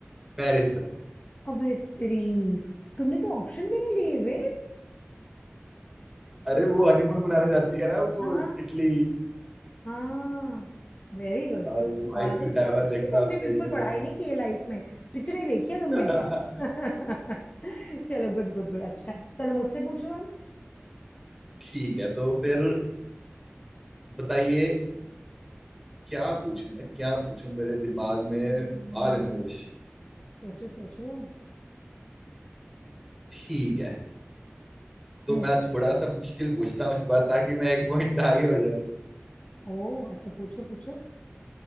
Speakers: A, in the centre; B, on the left.
A: पेरिस
B: अबे तेरी तुमने तो ऑप्शन भी नहीं लिए वे
A: अरे
B: ओ,
A: वो हनीमून मनाने जाती है ना वो
B: हाँ
A: इटली
B: हाँ Very good
A: अ,
B: तुम
A: वो
B: तुम्हारे
A: आईफिल
B: तो
A: टावर
B: सच
A: देखना
B: में तुमने
A: है उसको
B: बिल्कुल
A: ये वो
B: पढ़ाई नहीं की है लाइफ में पिक्चरें देखी है
A: <laughs>
B: तुमने <laughs> चलो गुड गुड गुड अच्छा है चलो मुझसे पूछो आप
A: ठीक है तो फिर बताइए क्या पूछूं मैं क्या पूछूं मेरे दिमाग में
B: हम्म,
A: आ लेने दो कुछ
B: सोचो सोचो
A: ठीक है तो
B: हम्म
A: मैं थोड़ा सा मुश्किल पूछता हूँ इस बार ताकि मैं एक पॉइंट आगे हो
B: ओ अच्छा पूछो पूछो